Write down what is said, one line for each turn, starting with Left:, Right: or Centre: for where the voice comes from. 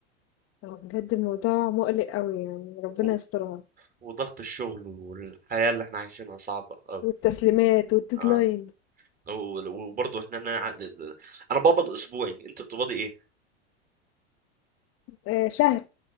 Left: هو بجد الموضوع مقلق قوي يعني ربنا
Right: و...
Left: يسترها
Right: وضغط الشغل والحياه اللي احنا عايشينها صعبه قوي
Left: والتسليمات والديدلاين
Right: اه و- وبرضه احنا انا ع- انا بقبض اسبوعي انت بتقبضي ايه
Left: آه شهر